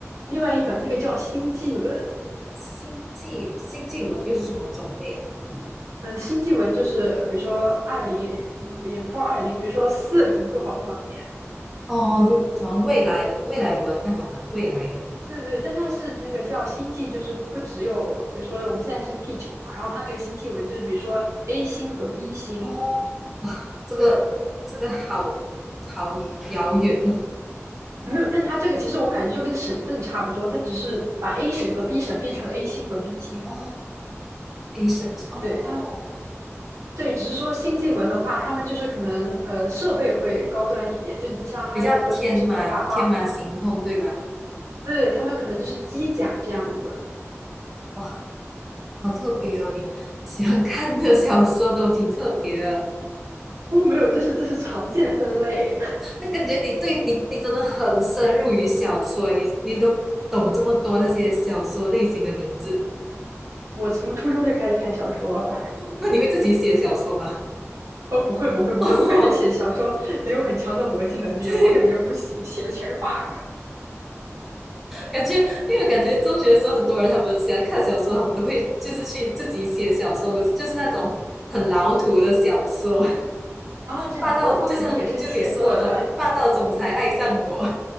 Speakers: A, on the right; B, in the centre.
A: 另外一本那个叫星际文，
B: 星际星际文又是什么种类啊
A: 嗯，星际文就是比如说二零，嗯也不到二零，比如说四零多少多少年，
B: 哦，就好像未来的未来文那种啊，未来的。
A: 对对，但它是那个叫星际，就是不只有比如说我们现在是地球嘛，然后它那个星际文就是比如说 A 星和 B 星
B: 哦，这个这个好好遥远哦。
A: 没有，但它这个其实我感觉就跟省份差不多，它只是把 A 省和 B 省变成了 A 星和 B 星，
B: <laughs> 哦，A 么 A 审哦，
A: 对，它对，只是说星际文的话，他们就是可能呃设备会高端一点，就你像哈利波特他们是魔法棒，
B: 比较天马天马行空对吧？
A: 对，他们可能就是机甲这样子。
B: 哇，好特别哦，你喜欢看的小说都挺特别的，
A: 哦，没有，这是这是常见分类。
B: 那感觉你对你你真的很深入于小说欸，你你都懂这么多那些小说类型的名字，
A: <laughs> 我从初中就开始看小说了。
B: 那你会自己写小说吗？
A: 哦，不会不会不会，
B: <laughs> 哦，
A: 我感觉写小说得有很强的逻辑能力，
B: 对，
A: 我感觉不行，写的全是 bug
B: 感觉因为我感觉中学的时候，很多人他们喜欢看小说，他们都会就是去自己写小说，可是就是那种很老土的小说，
A: 啊。这样，
B: 霸道就像就你说那种霸道总裁爱上我，
A: 我我肯定也是写过的。